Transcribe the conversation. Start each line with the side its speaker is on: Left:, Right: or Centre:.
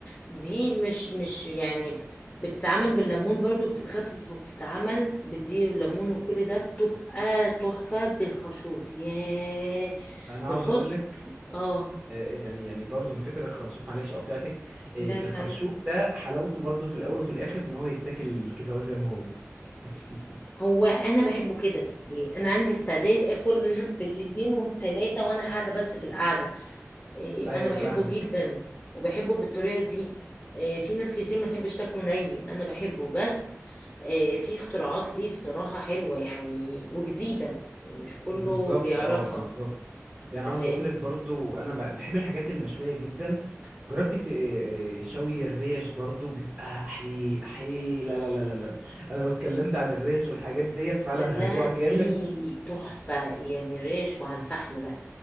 Left: دي مش مش يعني بتتعمل بالليمون برضو بتتخفف وبتتعمل بدي والليمون وكل ده بتبقى تحفة بالخرشوف ياه
Right: انا
Left: بتحط
Right: عاوز اقولك
Left: اه
Right: آه، يعني يعني برضو من فكرة الخرشوف معلش قطعتك آه،
Left: لا
Right: الخرشوف
Left: لا
Right: ده حلاوته برضو في الأول وفي الآخر إن هو يتاكل كده هو زي ما هو <laughs>
Left: هو انا بحبه كده يعني انا عندي استعداد اكل <laughs> بالاتنين والتلاتة وانا قاعده بس في القعده إيه،
Right: أيوه
Left: انا بحبه
Right: فاهمك
Left: جدا وبحبه بالطريقه دي إيه، في ناس كتير ما تحبش تاكله ني انا بحبه بس إيه، في اختراعات ليه بصراحه حلوه يعني وجديده مش كله
Right: بالظبط
Left: بيعرفها
Right: أه بالظبط
Left: انت
Right: يعني عاوز
Left: فاهم
Right: أقولك برضو أنا ب- بحب الحاجات المشوية جدا جربت
Left: مم.
Right: ت- آه، شوي الريش برضو بيبقى حي حي لا لا لا لا لا أنا لو اتكلمت عن الريش والحاجات ديت فعلا
Left: لا
Right: هجوع
Left: دي
Right: جامد
Left: تحفه يعني ريش وعلى الفحم بقى